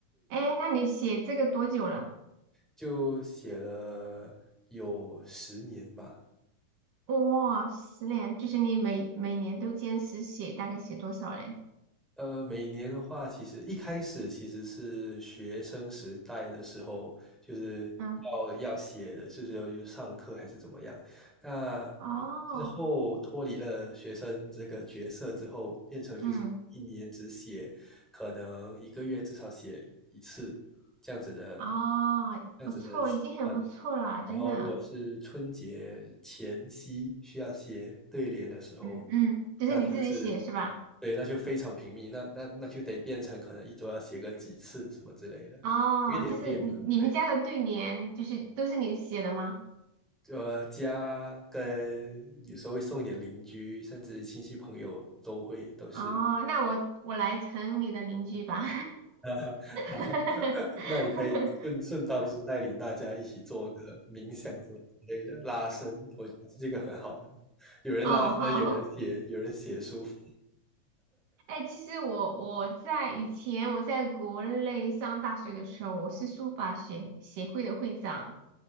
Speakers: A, on the right (about 75°); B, in the centre.
A: 哎，那你写这个多久了？
B: 就写了有十年吧。
A: 哇，十年，就是你每每年都坚持写，大概写多少嘞？
B: 呃，每年的话，其实一开始其实是学生时代的时候，就是要要写的，
A: 嗯，
B: 就是要有上课还是怎么样。那
A: 哦，
B: 之后脱离了学生这个角色之后，变成就是一年只写，
A: 嗯，
B: 可能一个月至少写一次这样子的，
A: 哦，
B: 这样子的习惯。
A: 不错，已经很不错了，真的。
B: 然后如果是春节前夕需要写对联的时候，
A: 嗯嗯，就是你自己写是吧？
B: 那就是对，那就非常频密，那那那就得变成可能一周要写个几次什么之类的，
A: 哦，
B: 因为得练嘛。
A: 就是你你们家的对联，
B: 对，
A: 就是都是你写的吗？
B: 就家跟有时候会送一点邻居，甚至亲戚朋友都会都是。
A: 哦，那我我来成你的邻居吧。
B: 啊，<laughs>
A: <laughs>
B: 好，<laughs> 那你可以顺顺道就是带领大家一起做个冥想什么之类的拉伸，我觉得这个很好的有人拉伸，
A: 哦，好，
B: 有人写，有人写书法。
A: 哎，其实我我在以前我在国内上大学的时候，我是书法协协会的会长。